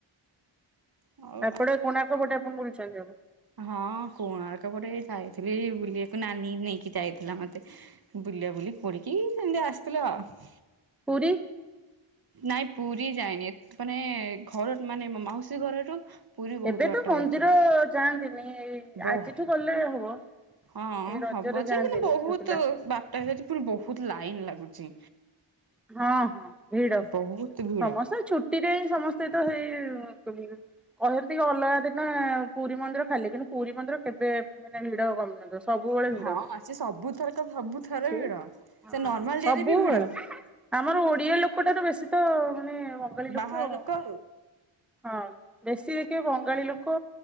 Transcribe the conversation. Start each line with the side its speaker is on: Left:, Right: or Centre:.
Right: ହଁ
Centre: ଏପଟେ କଣାର୍କ ପଟେ ଆପଣ ବୁଲୁଛନ୍ତି ଏବେ
Right: ହଁ କଣାର୍କ ପଟେ ଯାଇଥିଲି ବୁଲିବାକୁ ନାନୀ ନେଇକି ଯାଇଥିଲା ମତେ ବୁଲା ବୁଲି କରିକି ସେମିତି ଆସିଥିଲୁ ଆଉ
Centre: ପୁରୀ
Right: ନାଇଁ ପୁରୀ ଯାଇନି ମାନେ ଘର ମାନେ ମାଉସୀ ଘରରୁ ପୁରୀ ବହୁତ
Centre: ଏବେ
Right: ବାଟ
Centre: ତ ମନ୍ଦିର
Right: ହେଇଯିବ
Centre: ଯାଆନ୍ତିନି
Right: ବହୁ
Centre: ଆଜିଠୁ ଗଲେ ହବ
Right: ହଁ
Centre: ଏଇ ରଜରେ
Right: ହବ
Centre: ଯାଆନ୍ତିନି
Right: ଯେ ହେଲେ ବହୁତ
Centre: ଝିଅ ପିଲା।
Right: ବାଟ ହେଇଯାଉଛି ପୁଣି ବହୁତ ଲାଇନ୍ ଲାଗୁଛି
Centre: ହଁ ହଁ ଭିଡ
Right: ବହୁତ ଭିଡ
Centre: ସମସ୍ତେ ଛୁଟିରେ ସମସ୍ତେ ତ ହେଇ କହନ୍ତି କି ଅଲଗା ଦିନ ପୁରୀ ମନ୍ଦିର ଖାଲି କିନ୍ତୁ ପୁରୀ ମନ୍ଦିର କେବେ ମାନେ ଭିଡ କମୁନି ଦ- ସବୁବେଳେ
Right: ହଁ
Centre: ଭିଡ ହୁଏ
Right: ସେ ସବୁଥରକ ସବୁଥର
Centre: ସେ
Right: ଭିଡ
Centre: ହଁ
Right: ସେ ନର୍ମାଲ ଡେରେ
Centre: ସବୁବେଳେ
Right: ବି ଭିଡ।
Centre: ଆମର ଓଡିଆ ଲୋକଟାରୁ ବେଶୀ ତ ମାନେ ବଙ୍ଗାଳୀ
Right: ବାହାର
Centre: ଆଉ।
Right: ଲୋକ
Centre: ହଁ ବେଶୀ ଦେଖିବେ ବଙ୍ଗାଳୀ ଲୋକ